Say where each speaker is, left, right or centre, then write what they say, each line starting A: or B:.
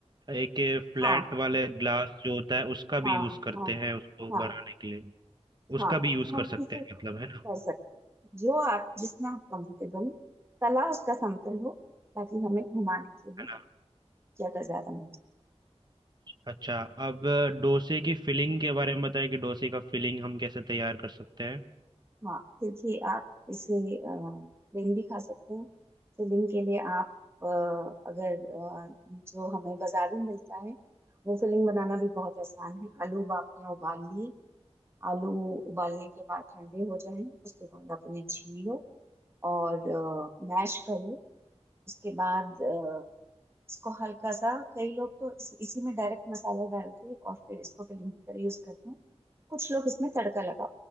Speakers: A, on the right (about 40°); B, on the right (about 20°).
A: एक फ्लैट
B: हाँ
A: वाले ग्लास जो होता है उसका
B: हाँ
A: भी यूज करते
B: हाँ
A: हैं उसको
B: हाँ
A: बनाने के लिए
B: हाँ
A: उसका भी यूज
B: हम
A: कर
B: किसे
A: सकते हैं मतलब है
B: कर
A: ना
B: सकते हैं। जो आप जिसमें आप कंफर्टेबल हो तला उसका समतल हो ताकि हमें घुमाने के लिए
A: है ना
B: ज्यादा ज्यादा मिले
A: अच्छा अब डोसे की फिलिंग के बारे में बताएं कि डोसे का फिलिंग हम कैसे तैयार कर सकते हैं
B: हाँ देखिए आप इसे अ, प्लेन भी खा सकते हैं फिलिंग के लिए आप अ, अगर अ, जो हमें बाजार में मिलता है वो फिलिंग बनाना भी बहुत आसान है आलू उब- आपने उबाल लिए आलू उबालने के बाद ठंडे हो जाएं उसके बाद आप उन्हें छील लो और मैश कर लो उसके बाद अ, इसको हल्का सा कई लोग तो इस, इसी में डायरेक्ट मसाला डाल के और फिर इसको फिलिंग की तरह यूज करते हैं कुछ लोग इसमें तड़का लगा